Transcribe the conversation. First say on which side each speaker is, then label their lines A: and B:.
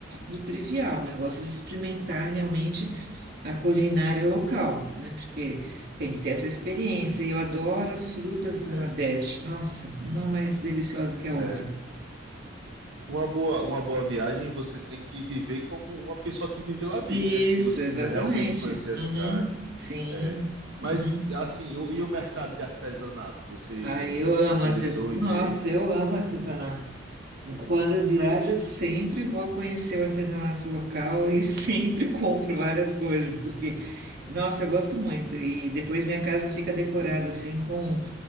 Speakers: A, on the right; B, on the right.
A: do trivial, né? Eu gosto de experimentar realmente a culinária local, né? Porque tem que ter essa experiência. Eu adoro as frutas
B: É,
A: do Nordeste. Nossa, uma mais deliciosa que a outra.
B: é. Uma boa, uma boa viagem você tem que viver como uma pessoa que vive lá vive,
A: Isso,
B: né? Se você
A: exatamente.
B: quiser realmente conhecer
A: Uhum,
B: a cidade.
A: Sim.
B: É. Mas,
A: Uhum.
B: assim, o- e o mercado de artesanato? Você
A: Ai, eu amo
B: se interessou
A: artesanato.
B: em
A: Nossa,
B: ver?
A: eu amo artesanato. Quando eu viajo, eu sempre vou conhecer o artesanato local e <laughs> sempre compro várias coisas, porque, nossa, eu gosto muito. E depois minha casa fica decorada assim com